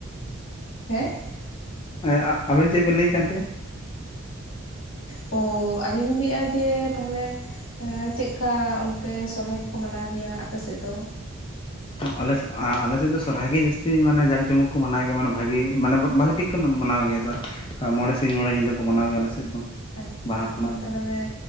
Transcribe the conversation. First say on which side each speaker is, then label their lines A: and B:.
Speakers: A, on the left; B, on the left.
A: ᱦᱮᱸ
B: ᱮ ᱟᱜ ᱟᱹᱵᱤᱱ ᱪᱮᱫ ᱵᱮᱱ ᱞᱟᱹᱭᱮᱫ ᱠᱟᱱ ᱛᱟᱦᱮᱱ
A: ᱚᱻ ᱟᱹᱞᱤᱧ ᱞᱤᱧ ᱞᱟᱹᱭᱮᱜᱼᱟ ᱡᱮ ᱛᱟᱦᱚᱞᱮ ᱦᱮᱸ ᱪᱮᱜᱠᱟ ᱚᱱᱛᱮ ᱥᱚᱦᱨᱟᱭ ᱠᱚᱠᱚ ᱢᱟᱱᱟᱣ ᱜᱮᱭᱟ ᱟᱯᱮ ᱥᱮᱫ ᱫᱚ
B: ᱟᱞᱮ ᱥᱮᱜ ᱟ ᱟᱞᱮᱥᱮᱫ ᱫᱚ ᱥᱚᱨᱦᱟᱭ ᱜᱮ ᱡᱟᱹᱥᱛᱤ ᱢᱟᱱᱮ ᱡᱟᱠ ᱡᱚᱢᱚᱠ ᱠᱚ ᱢᱟᱱᱟᱣ ᱜᱮᱭᱟ ᱢᱟᱱᱮ ᱵᱷᱟᱹᱜᱤ ᱢᱟᱱᱮ ᱵᱷᱟᱹᱜᱤ ᱴᱷᱤᱠ <unintelligible> ᱢᱟᱱᱟᱣ ᱜᱮᱭᱟ ᱥᱮ ᱢᱚᱬᱮ ᱥᱤᱧ ᱢᱚᱬᱮ ᱧᱤᱫᱟᱹ ᱠᱚ ᱢᱟᱱᱟᱣ ᱜᱮᱭᱟ ᱟᱞᱮ ᱥᱮᱫ ᱫᱚ
A: ᱟᱪᱪᱷᱟ
B: ᱵᱟᱦᱟ ᱠᱷᱚᱱᱟᱜ
A: ᱛᱟᱦᱚᱞᱮ
B: ᱫᱚ